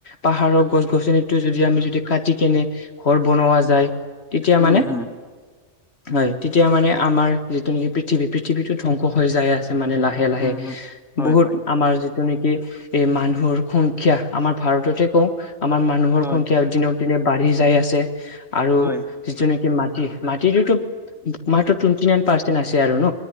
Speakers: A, on the left; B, in the centre.
A: পাহাৰৰ গছ গছনি টো যদি আমি যদি কাটি কেনে ঘ বনোৱা যায় তেতিয়া
B: উম
A: মানে
B: হম
A: হয় তেতিয়া মানে আমাৰ যিটো নেকি পৃথিৱী পৃথিৱীটো ধ্বংস হৈ যাই আছে মানে লাহে লাহে
B: উম হম হয়
A: বহুত
B: হয়
A: আমাৰ তে নেকি এই মানুহৰ সংখ্যা আমাৰ ভাৰততে কওঁ আমাৰ মানুহৰ
B: হয়
A: সংখ্যা দিন দিনে বাঢ়ি যাই আছে আৰু
B: হয়
A: যিটো নেকি? মাটি মাটিতো মাত্ৰ টুৱেণ্টি নাইন পাৰ্চেন্ট আছে আৰু ন